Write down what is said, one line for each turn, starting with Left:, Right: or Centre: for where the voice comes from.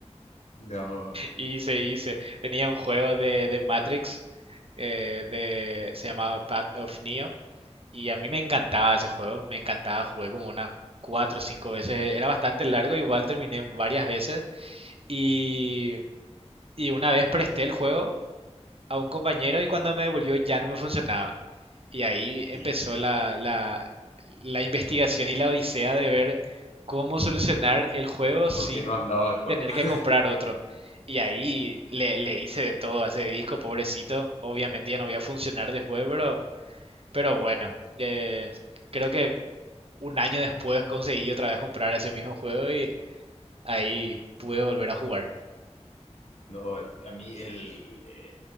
Left: no,
Right: Hice, hice. Tenía un juego de, de Matrix, eh, de, se llamaba Path of Neo, y a mí me encantaba ese juego, me encantaba, jugué como unas cuatro o cinco veces, era bastante largo, igual terminé varias veces, y, y una vez presté el juego a un compañero y cuando me devolvió ya no me funcionaba. Y ahí empezó
Left: sí,
Right: la, la, la investigación y la odisea de ver cómo solucionar el juego sin
Left: ¿por qué no andaba el juego?
Right: tener que
Left: <laughs>
Right: comprar otro. Y ahí le, le hice de todo a ese disco, pobrecito. Obviamente ya no voy a funcionar después, pero, pero bueno, eh, creo que un año después conseguí otra vez comprar ese mismo juego y ahí pude volver a jugar. <laughs>
Left: No, a mí el, eh,